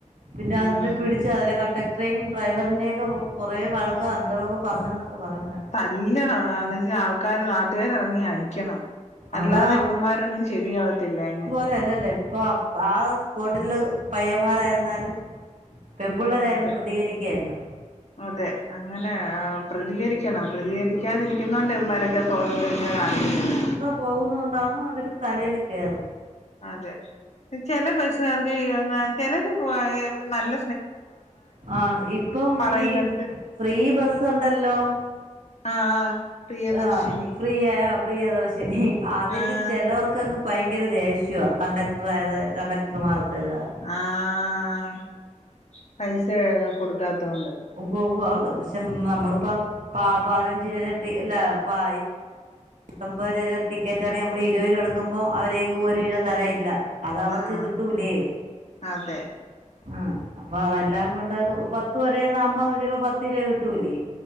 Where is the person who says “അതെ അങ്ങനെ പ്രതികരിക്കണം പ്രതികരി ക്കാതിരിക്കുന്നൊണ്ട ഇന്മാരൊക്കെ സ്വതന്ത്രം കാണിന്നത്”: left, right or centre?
Left